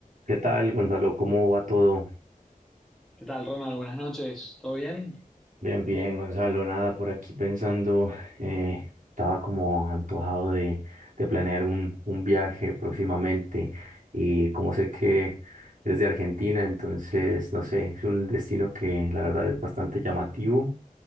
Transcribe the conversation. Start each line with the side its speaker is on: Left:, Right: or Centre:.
Right: ¿Qué tal, Gonzalo? ¿Cómo va todo?
Centre: ¿Qué tal, Ronald? Buenas noches. ¿Todo bien?
Right: Bien, bien, Gonzalo. Nada, por aquí pensando, eh, estaba como antojado de, de planear un, un viaje próximamente y como sé que eres de Argentina, entonces, no sé, es un destino que la verdad es bastante llamativo.